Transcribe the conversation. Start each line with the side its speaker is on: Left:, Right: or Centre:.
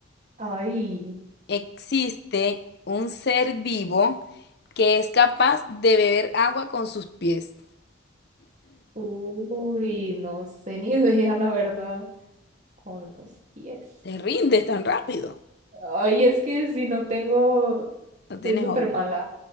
Right: ¡Ah! Ay,
Left: Existe un ser vivo que es capaz de beber agua con sus pies.
Right: uy, no sé ni <laughs> idea, la verdad. Con los pies.
Left: Te rindes tan rápido.
Right: Ay, es que si no tengo,
Left: No tienes
Right: soy súper
Left: opciones.
Right: mala.